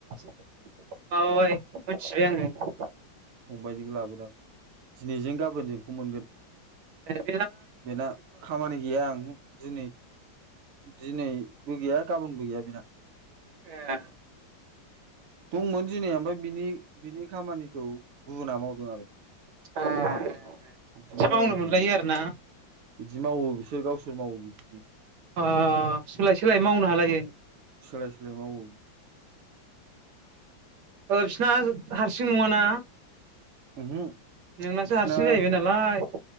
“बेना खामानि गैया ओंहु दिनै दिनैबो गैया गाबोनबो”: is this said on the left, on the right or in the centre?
Right